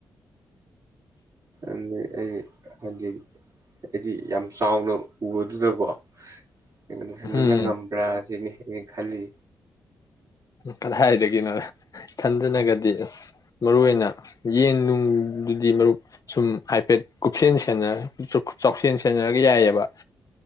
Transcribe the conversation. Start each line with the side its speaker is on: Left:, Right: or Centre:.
Right: ꯑꯗꯨ ꯑꯩ ꯍꯥꯏꯗꯤ ꯑꯩꯗꯤ ꯌꯥꯝ ꯆꯥꯎꯅ ꯎꯕꯗꯨꯗꯀꯣ ꯀꯩꯅꯣꯗ ꯁꯤꯟꯖꯟꯅ
Left: ꯎꯝ
Right: ꯉꯝꯕ꯭ꯔꯥ ꯁꯤꯅꯤ ꯈꯜꯂꯤ
Left: ꯀꯗꯥꯏꯗꯒꯤꯅꯣ ꯏ ꯊꯟꯗꯅꯒꯗꯤ ꯑꯁ ꯃꯔꯨ ꯑꯣꯏꯅ ꯌꯦꯟ ꯅꯨꯡꯗꯨꯗꯤ ꯃꯔꯨꯞ ꯁꯨꯝ ꯍꯥꯏꯐꯦꯠ ꯀꯨꯞꯁꯦꯟ ꯆꯥꯎꯁꯦꯟ ꯁꯦꯟꯅꯔꯒ ꯌꯥꯏꯑꯕ